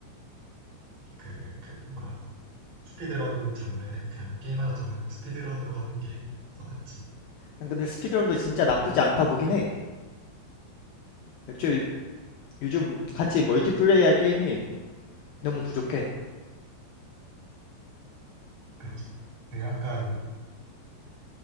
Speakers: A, on the right; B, on the left.
A: 그 그 뭐야 스피드런 장르 그냥 게임 하나 정해놓고 스피드런으로 하는 게 더 낫지.
B: 아, 근데 스피드런도 진짜 나쁘지 않다 보긴 해. 애초에 요즘 같이 멀티플레이할 게임이 너무 부족해.
A: 그치? 그 약간